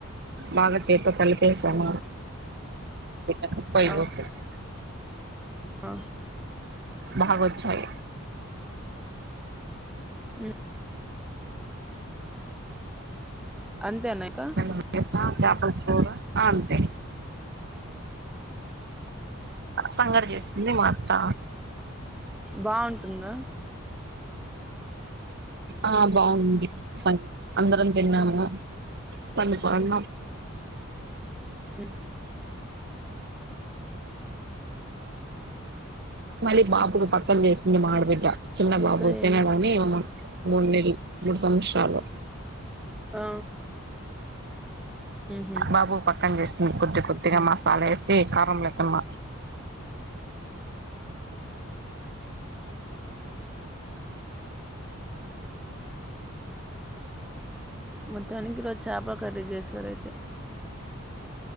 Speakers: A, on the right; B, in the centre.
A: బాగా చేతో కలిపేసామ <unintelligible>
B: ఆ ఆ
A: బాగ వచ్చాయ్
B: ఉ అంతేనా ఇక
A: <unintelligible> చేపల కూర అంతే సంగటి చేస్తుంది మా అత్త
B: బాగుంటుంద
A: ఆ బాగుంది అందరం తిన్నాము పన్కొన్నాం
B: అ
A: మళ్ళీ బాబుకు పక్కన చేసింది మా ఆడబిడ్డ చిన్న
B: ఇంకా
A: బాబు తినడని
B: ఏమి
A: మూడు <unintelligible> మూడు సంవత్సరాలు
B: ఆ మ్మ్ హు
A: బాబు పక్కన చేస్తుంది కొద్ది కొద్దిగా మసాలా వేసి కారం లేకున్న
B: మొత్తానికి <unintelligible> చేప కర్రీ చేశారు అయితే